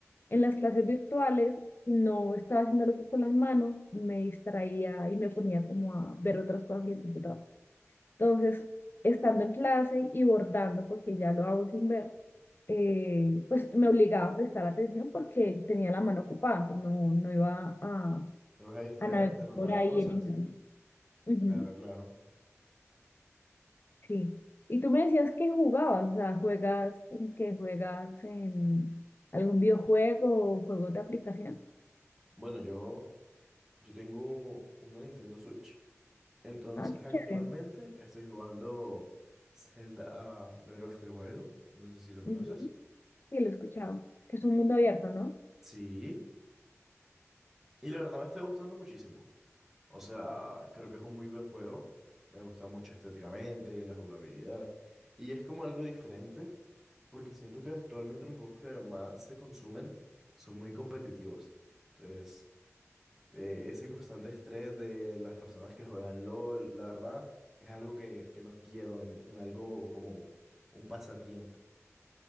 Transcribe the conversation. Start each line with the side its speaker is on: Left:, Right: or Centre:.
Left: en las clases virtuales no estaba haciendo algo con las manos, me distraía y me ponía como a ver otras cosas en el computador. Entonces, estando en clase y bordando, porque ya lo hago sin ver, eh, pues me obligaba a prestar atención porque tenía la mano ocupada, entonces no, no iba a,
Centre: No vas a distraerte
Left: a navegar
Centre: en otras
Left: por ahí
Centre: cosas.
Left: en internet. Ujú,
Centre: Claro, claro.
Left: sí. Y tú me decías que jugabas, o sea, juegas en qué juegas en algún videojuego o juego de aplicación.
Centre: Bueno, yo, yo tengo una Nintendo Switch. Entonces,
Left: Ah, qué
Centre: actualmente
Left: chévere.
Centre: estoy jugando Zelda ah, Breath of the Wild. No sé si lo conoces.
Left: Ujú, Sí, lo he escuchado. Que es un mundo abierto, ¿no?
Centre: Sí, Y la verdad me está gustando muchísimo. O sea, creo que es un muy buen juego. Me gusta mucho estéticamente, la jugabilidad. Y es como algo diferente, porque siento que actualmente los juegos que más se consumen son muy competitivos. Entonces, eh, ese constante estrés de las personas que juegan LOL, la verdad, es algo que, que no quiero en, en algo como un pasatiempo.